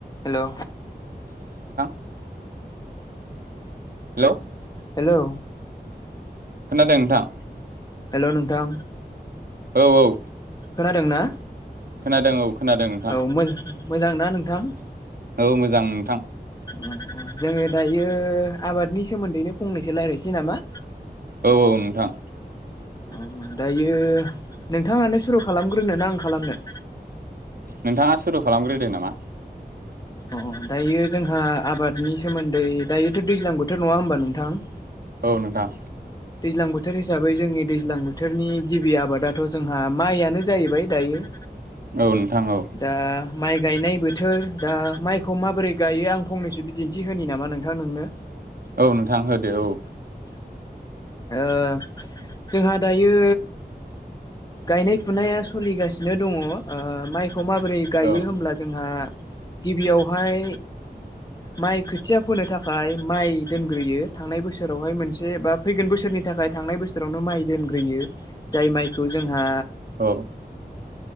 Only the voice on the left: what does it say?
हेल'।
Hello.
Hello नोंथा।
खोनादों ना?
औ मोजां ना नोंथां?
उम उम, जोङो दायो आबादनि सोमोन्दैनो फंनैसो रायजलायनोसै नामा?
उम दायो नोंथाङानो सुरु खालामग्रोनो ना आं खालामनो?
उम उम दायो जोंहा आबादनि सोमोन्दै दायोथ' दैज्लां बोथोर, नङा होमबा नोंथां?
दैज्लां बोथोर हिसाबै जोंनि दैज्लां बोथोरनि गिबि आबादाथ' जोंहा माइयानो जाहैबाय दायो।
दा माइ गायनाय बोथोर दा माइखौ माबोरै गायो आं फंनैसो बिदिन्थि होनि नामा नोंथां नोंनो?
ओ जोंहा दायो गायनाय-फुनाया सलिगासिनो दङ । ओ माइ खौ माबोरै गायो
होमब्ला जोंहा गिबियावहाय माइ खोथिया फोनो थाखाय माइ दोनग्रोयो थांनाय बोसोरावहाय मोनसे बा फैगोन बोसोरनि थाखा य थांनाय बोसोरावनो माइ दोनग्रोयो । जाय माइखौ जोंहा